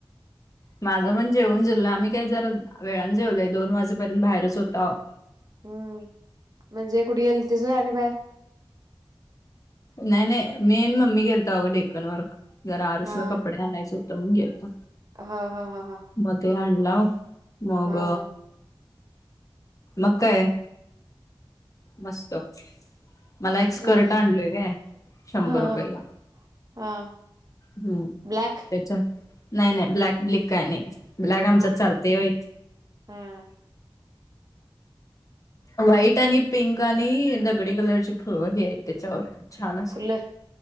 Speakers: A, on the left; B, on the right.
A: माझं पण जेवन जिरल आम्ही काय जरा वेळान जेवलोय दोन वाजेपर्यंत बाहेरच होतो आो.
B: हम म्हणजे कुठे गेलतीस व्हय आणि बाहेर.
A: नाही नाही मी आणि मम्मी घेलता अघं डेकन वर जरा आरुसला
B: हा
A: कपडे आणायच होत मग गेलतो.
B: हा हा हा हा.
A: म ते आणलाव मग
B: हा
A: मग काय. मस्त मला एक स्कर्ट
B: हम्म
A: आणलोय का शंभर
B: हा
A: रुपयाला.
B: हा
A: हम्म
B: ब्लॅक
A: त्याच्या. नाही नाही ब्लॅक ब्लिक काय नाही ब्लॅक आमच्या
B: हा
A: चालतय व्हय.
B: हा.
A: व्हाईट आणि पिंक आणि दगडी कलरची फ हे आहेत त्याच्यावर छान असं.
B: फुलं